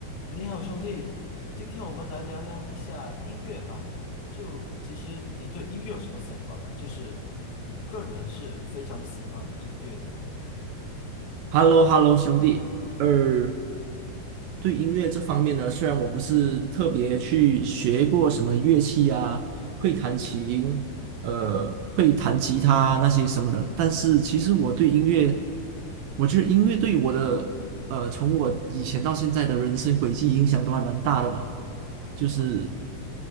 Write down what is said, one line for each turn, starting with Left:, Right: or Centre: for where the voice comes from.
Left: 你好，兄弟，今天我们来聊聊一下音乐吧。就其实你对音乐有什么想法吗？就是你个人是非常喜欢音乐的吗？
Right: h e l l o h e l l o 兄弟。呃，对音乐这方面呢，虽然我不是特别去学过什么乐器啊，会弹琴，呃，会弹吉他那些什么的，但是其实我对音乐，我觉得音乐对我的，呃，从我以前到现在的人生轨迹影响都还蛮大的吧。就是，
Left: 怎么